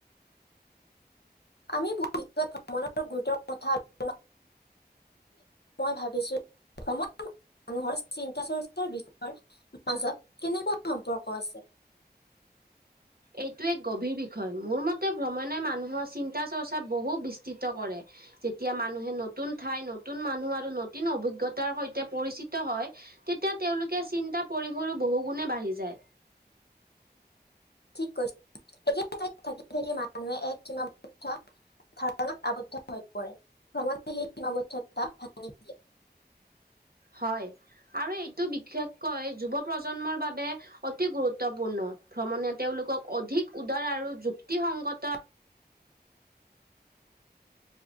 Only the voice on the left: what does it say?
আমি বুজি পোৱা ভ্ৰমণৰ গুৰুত্বৰ কথা আলোচনা - মই ভাবিছোঁ ভ্ৰমন মানুহৰ চিন্তা চৰ্চাৰ বিষয়ৰ মাজত কেনেকুৱা সম্পৰ্ক আছে।
ঠিক কৈছ একে থাকি থাকি মানুহে এক কিনা বেচা। ধাৰণাত আৱদ্ধ হৈ পৰে ভ্ৰমণে সেই সীমাবদ্ধতা ভাঙি দিয়ে।